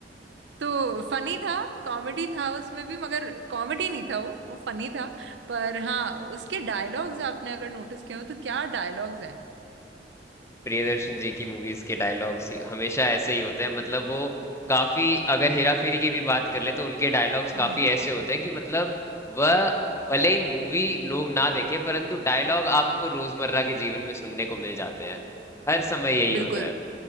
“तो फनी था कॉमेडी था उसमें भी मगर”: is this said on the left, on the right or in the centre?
Right